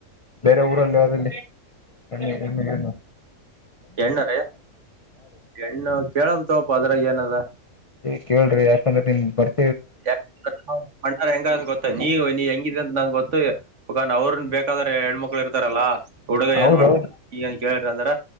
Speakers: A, on the left (about 40°); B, on the right (about 55°).
A: ಬೇರೆ ಊರಲ್ಲಿ ಯಾವ್ದಲ್ಲಿ ಎ ನಿಮಗೇನು
B: ಹೆಣ್ಣ ರೀ ಹೆಣ್ಣು ಕೇಳಂ ತವಪ್ಪ ಅದ್ರಾಗ ಏನದ
A: ಏ ಕೇಳ್ರಿ ಯಾಕಂದ್ರೆ ನಿನ್ ಬರ್ತ
B: ಯ ಬಣ್ಣಾರ ಹೆಂಗ ಅ ಗೊತ್ತ ನೀ ನೀ ಹೆಂಗಿದೆ ಅಂತ ನಂಗ ಗೊತ್ತ ಮ ಮುಖನ್ ಅವ್ರನ್ ಬೇಕಾದ್ರೆ ಹೆಣ್ಮಕ್ಳು ಇರ್ತಾರಲ್ಲ ಹುಡುಗ
A: ಹೌದೌದು
B: ಏನ್ ಮಾಡ್ತನ್ ಕೇಳಿದ್ರಿ ಅಂದ್ರ